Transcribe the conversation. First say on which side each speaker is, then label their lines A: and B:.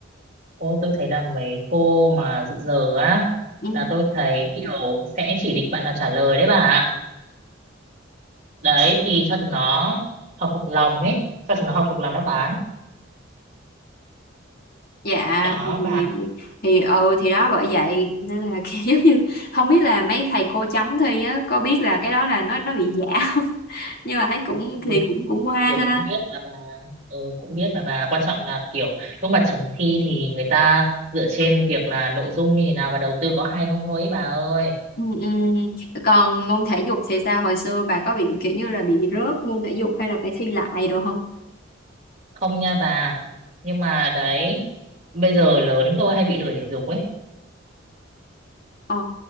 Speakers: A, on the right (about 40°); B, on the left (about 50°).
A: Ôi tôi thấy là mấy cô mà dự giờ á
B: Ừ.
A: là tôi thấy kiểu sẽ chỉ định bạn nào trả lời đấy bà ạ. Đấy thì cho chúng nó học thuộc lòng ấy, cho chúng nó học thuộc lòng đáp án.
B: dạ
A: Đó
B: thì thì,
A: bà
B: thì ừ thì đó bởi vậy nên là <laughs> kiểu giống như không biết là mấy thầy cô chấm thi á có biết là cái đó là nó nó bị giả không <laughs> nhưng mà thấy cũng thì
A: Ui,
B: cũng cũng qua
A: kiểu
B: ha
A: cũng biết mà bà ừ, cũng biết mà bà quan trọng là kiểu lúc mà chấm thi thì người ta dựa trên việc là nội dung như thế nào và đầu tư có hay không thôi ấy, bà ơi.
B: ừ, ừ. còn môn thể dục thì sao hồi xưa bà có bị kiểu như là bị rớt môn thể dục hay là phải thi lại đồ không
A: Không nha bà. Nhưng mà đấy bây giờ lớn tôi hay bị lười thể dục ấy,
B: Ờ,